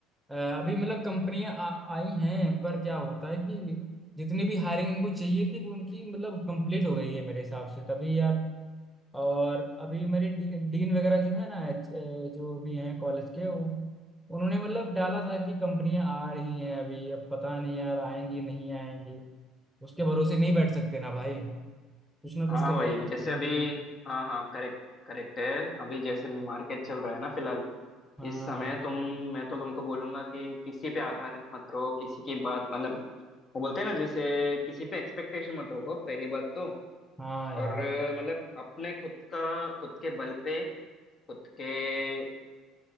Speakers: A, in the centre; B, on the left (about 40°).
A: अ, अभी मतलब कंपनियां आ- आई हैं पर क्या होता है कि जितनी भी हायरिंग उनको चाहिए थी वो उनकी मतलब कंप्लीट हो गई है मेरे हिसाब से तभी यार और अभी मेरे डी, डीन वगैरह जो है ना एच- अ, जो भी हैं कॉलेज के वो उन्होंने मतलब डाला था कि कंपनियां आ रही हैं अभी अब पता नहीं यार आएंगी नहीं आएंगी उसके भरोसे नहीं बैठ सकते ना भाई कुछ ना कुछ
B: हाँ
A: तो
B: भाई
A: करना है।
B: जैसे
A: <laughs>
B: अभी
A: हम्म,
B: हाँ हाँ करेक्ट करेक्ट है अभी जैसे मार्केट चल रहा है ना फिलहाल
A: हाँ
B: इस समय तुम मैं तो तुमको बोलूंगा कि किसी पे आधारित मत रहो किसी की बात मतलब वो बोलते हैं ना जैसे किसी पे एक्सपेक्टेशन मत रखो पहली बात तो
A: हाँ
B: और
A: यार
B: अ, मतलब अपने खुद का खुद के बल पे खुद के आ,